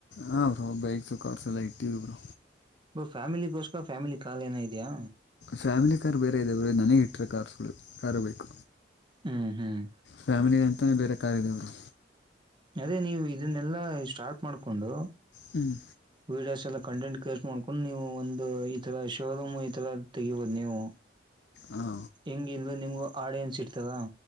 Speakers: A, on the left; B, on the right.
A: ಹಾ ಬ್ರೋ ಬೈಕ್ಸು ಕಾರ್ಸ್ ಎಲ್ಲಾ ಇಟ್ಟಿವಿ ಬ್ರೋ
B: ಬ್ರೋ ಫ್ಯಾಮಿಲಿಗೋಸ್ಕ ಫ್ಯಾಮಿಲಿ ಕಾಲ್ ಏನಾರ ಇದಿಯಾ
A: ಫ್ಯಾಮಿಲಿ ಕಾರ್ ಬೇರೆ ಇದಾವೇ ಬ್ರೋ ಇದು ನನಗೆ ಇಟ್ಟಿರೋ ಕಾರ್ಸ್ ಇವು ಕಾರು ಬೈಕ್
B: ಹ್ಮ್ ಹ್ಮ್
A: ಫ್ಯಾಮಿಲಿ ಅಂತಾನೇ ಬೇರೆ ಕಾರ್ ಇದೆ ಬ್ರೋ
B: ಅದೇ ನೀವು ಇದನ್ನೆಲ್ಲಾ ಸ್ಟಾರ್ಟ್ ಮಾಡ್ಕೊಂಡು
A: ಹ್ಮ್
B: ವೀಡಿಯೋಸ್ ಎಲ್ಲ ಕಂಟೆಂಟ್ ಕ್ರಿಯೇಟ್ ಮಾಡ್ಕೊಂಡು ನೀವು ಒಂದು ಈ ತರ ಶೋರೂಮ್ ಈ ತರ ತೆಗಿಬಹುದು ನೀವು
A: ಹಾ
B: ಹೆಂಗಿದು ನಿಮಗೂ ಆಡಿಯನ್ಸ್ ಇಡ್ತದಾ